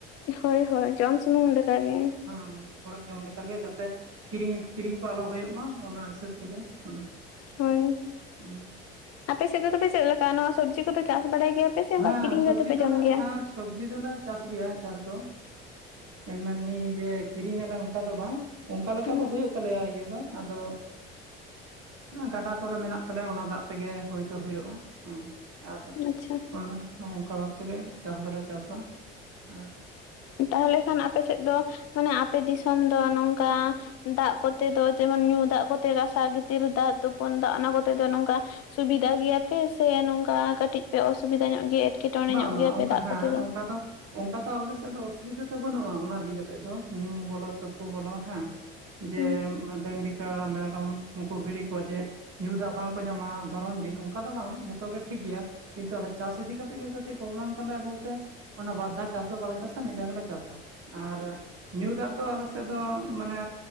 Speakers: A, on the left (about 55°); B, on the right (about 50°).
A: ᱦᱳᱭ ᱦᱳᱭ ᱡᱚᱢ ᱥᱩᱢᱩᱢ ᱞᱮᱠᱟᱜᱮ
B: ᱦᱮᱸ ᱚᱲᱟᱜ ᱡᱚᱢ ᱞᱮᱠᱟ ᱜᱮ ᱡᱟᱥᱮ ᱠᱤᱨᱤᱧ ᱠᱤᱨᱤᱧ ᱟᱞᱚ ᱦᱩᱭᱩᱜ ᱢᱟ ᱚᱱᱟ ᱦᱤᱥᱟᱹᱵ ᱛᱮᱜᱮ ᱦᱩᱸ
A: ᱦᱳᱭ
B: ᱦᱩᱸ
A: ᱟᱯᱮ ᱥᱮᱫ ᱫᱚ ᱛᱚᱵᱮ ᱪᱮᱫ ᱞᱮᱠᱟ? ᱱᱚᱣᱟ ᱥᱚᱵᱡᱤ ᱠᱚᱫᱚ ᱪᱟᱥ ᱵᱟᱲᱟᱭ ᱜᱮᱭᱟ ᱯᱮ ᱥᱮ ᱚᱱᱠᱟ
B: ᱦᱮᱸ,
A: ᱠᱤᱨᱤᱧ
B: ᱥᱚᱵᱡᱤ
A: ᱠᱟᱛᱮ ᱯᱮ
B: ᱫᱚᱞᱮ
A: ᱡᱚᱢ ᱜᱮᱭᱟ
B: ᱦᱮᱸ ᱥᱚᱵᱽᱡᱤ ᱫᱚᱞᱮ ᱪᱟᱥ ᱜᱮᱭᱟ ᱪᱟᱥ ᱫᱚ, ᱮᱢᱱᱤ ᱡᱮ ᱠᱤᱨᱤᱧᱟᱞᱮ ᱚᱱᱠᱟ ᱫᱚ ᱵᱟᱝ᱾ ᱚᱝᱠᱟ ᱞᱮᱠᱟ
A: ᱦᱩᱸ
B: ᱫᱚ ᱦᱩᱭᱩᱜ ᱛᱟᱞᱮᱭᱟ ᱤᱭᱟᱹ ᱫᱚ, ᱟᱫᱚ ᱜᱟᱰᱟ ᱠᱚᱨᱮ ᱢᱮᱱᱟᱜ ᱛᱟᱞᱮᱭᱟ ᱚᱱᱟ ᱫᱟᱜ ᱛᱮᱜᱮ ᱦᱩᱭ ᱫᱚ ᱦᱩᱭᱩᱜᱼᱟ ᱾ ᱦᱩᱸ ᱟᱨ
A: ᱟᱪᱪᱷᱟ ᱾
B: ᱚᱱᱟ ᱦᱚᱸ ᱚᱱᱠᱟ ᱵᱷᱟᱵ ᱛᱮᱜᱮ ᱪᱟᱥ ᱫᱚᱞᱮ ᱪᱟᱥᱟ ᱟᱨ
A: ᱛᱟᱦᱚᱞᱮ ᱠᱷᱟᱱ ᱟᱯᱮ ᱥᱮᱫ ᱫᱚ ᱢᱟᱱᱮ ᱟᱯᱮ ᱫᱤᱥᱚᱢ ᱫᱚ ᱱᱚᱝᱠᱟ ᱫᱟᱜ ᱠᱚᱛᱮ ᱫᱚ ᱡᱮᱢᱚᱱ ᱧᱩ ᱫᱟᱜ ᱠᱚᱛᱮ ᱜᱟᱥᱟᱣ ᱜᱤᱛᱤᱞ ᱫᱟᱜ ᱛᱩᱯᱩᱱ ᱫᱟᱜ ᱚᱱᱟ ᱠᱚᱛᱮ ᱫᱚ ᱱᱚᱝᱠᱟ ᱥᱩᱵᱤᱫᱟ ᱜᱮᱭᱟᱯᱮ ᱥᱮ ᱱᱚᱝᱠᱟ ᱠᱟᱹᱴᱤᱡ ᱯᱮ ᱚᱥᱩᱵᱤᱫᱟ ᱧᱚᱜ ᱜᱮᱭᱟ ᱮᱴᱠᱮᱴᱚᱬᱮ
B: ᱵᱟᱝ
A: ᱧᱚᱜ ᱜᱮᱭᱟᱯᱮ
B: ᱵᱟᱝ ᱚᱱᱠᱟ
A: ᱫᱟᱜ
B: ᱦᱮᱸ
A: ᱠᱚᱛᱮ ᱫᱚ
B: ᱚᱱᱠᱟ
A: ᱾
B: ᱫᱚ ᱚᱱᱠᱟ ᱛᱚ ᱟᱞᱮ ᱥᱮᱫ ᱫᱚ ᱚᱥᱩᱵᱤᱫᱟ ᱫᱚ ᱵᱟᱹᱱᱩᱜᱼᱟ ᱚᱱᱟ ᱤᱫᱤ ᱠᱟᱛᱮ ᱫᱚ ᱧᱩ ᱩ ᱵᱚᱞᱚ ᱛᱩᱯᱩ ᱵᱚᱞᱚ ᱦᱮᱸ, ᱡᱮ
A: ᱦᱩᱸ
B: ᱰᱟᱹᱝᱨᱤ ᱠᱟᱲᱟ, ᱢᱮᱨᱚᱢ ᱩᱱᱠᱩ ᱵᱷᱤᱲᱤ ᱠᱚ ᱡᱮ ᱧᱩ ᱫᱟᱜ ᱵᱟᱝᱠᱚ ᱧᱟᱢᱟ, ᱫᱷᱚᱨᱚᱱ ᱫᱤᱱ ᱚᱱᱠᱟ ᱫᱚ ᱵᱟᱝ ᱡᱷᱚᱛᱚ ᱜᱮ ᱴᱷᱤᱠ ᱜᱮᱭᱟ ᱠᱤᱱᱛᱩ ᱟᱞᱮ ᱪᱟᱥ ᱤᱫᱤ ᱠᱟᱛᱮᱜ ᱜᱮ ᱠᱟᱹᱴᱤᱡ ᱯᱚᱨᱚᱵᱮᱞᱮᱢ ᱛᱟᱞᱮᱭᱟ ᱵᱚᱞᱛᱮ ᱚᱱᱟ ᱵᱟᱨ ᱫᱷᱟᱹᱣ ᱪᱟᱥ ᱫᱚ ᱵᱟᱞᱮ ᱪᱟᱥᱟ ᱢᱤᱫ ᱫᱷᱟᱹᱣ ᱜᱮᱞᱮ ᱪᱟᱥᱟ ᱟᱨ ᱧᱩ ᱫᱟᱜ ᱫᱚ ᱟᱞᱮ ᱥᱮᱫ ᱫᱚ ᱢᱟᱱᱮ